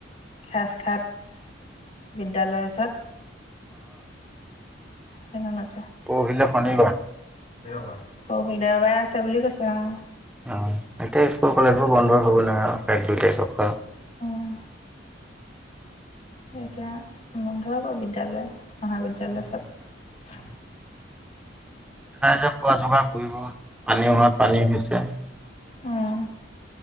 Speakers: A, on the left (about 35°); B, in the centre.
A: হাজ খাট বিদ্যালয়ৰ ওচৰত সেই খনত।
B: পঢহিলে শনিবাৰ।
A: দেওবাৰ দেওবাৰে আছে বুলি কৈছে উম।
B: অ এতিয়া স্কুল কলেজ বোৰ বন্ধ হ'ব নহয় এক দুই তাৰিখৰ পৰা।
A: উম। এতিয়া বন্ধ হব বিদ্যালয় মহাবিদ্যালয় চব। উ <unintelligible>
B: ৰাইজ পানী যোগাৰ কৰিব পানী হোৱাত পানী হৈছে
A: উম।